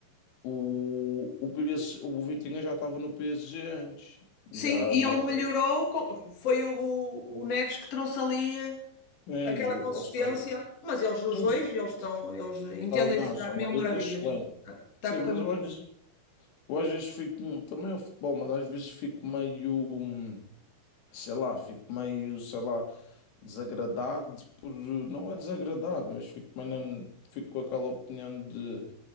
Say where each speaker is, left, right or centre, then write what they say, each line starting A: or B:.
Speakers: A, on the left; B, on the left.
A: o, o, PS, o Vitinha já estava no PSG antes,
B: Sim,
A: já
B: e
A: do
B: ele melhorou, com- foi o, o o Neves que trouxe ali.
A: Sim,
B: aquela
A: eu,
B: consistência,
A: ou seja,
B: mas eles, os
A: sim,
B: dois, eles estão, eles entendem-se
A: sabe, não, são
B: a
A: uma
B: mil
A: dupla
B: maravilhas.
A: excelente.
B: Está
A: Sim,
B: a correr
A: mas
B: muito
A: eu às
B: bem.
A: vezes, eu às vezes fico, hum, também é o futebol, mas às vezes fico meio, hum, sei lá, fico meio, sei lá, desagradado por, não é desagradado, mas fico, meio, não- fico com aquela opinião de